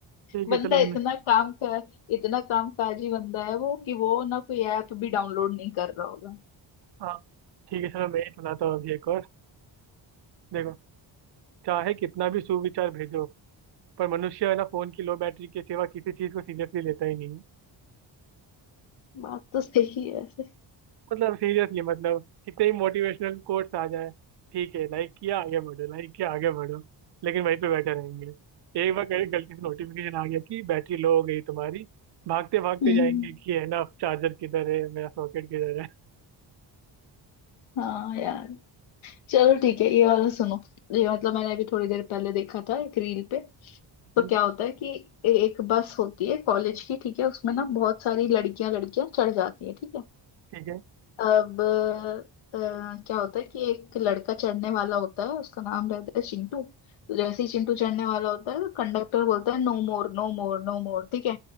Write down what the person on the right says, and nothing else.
ठीक
है चलो
मैं
हाँ ठीक है चलो मैं ही सुनाता हूँ अभी एक और देखो चाहे कितना भी सुविचार भेजो पर मनुष्य है ना फोन की लो बैटरी के सिवा किसी चीज को सीरियसली लेता ही नहीं
मतलब सीरियसली मतलब कितने ही मोटिवेशनल कोट्स आ जाए ठीक है लाइक किया आगे बढ़ो लाइक किया आगे बढ़ो लेकिन वहीं पे बैठे रहेंगे एक बार कहीं गलती से नोटिफिकेशन आ गया कि बैटरी लो हो गई तुम्हारी भागते भागते
जाएंगे कि है ना चार्जर किधर है मेरा सॉकेट किधर है
हम्म,
ठीक है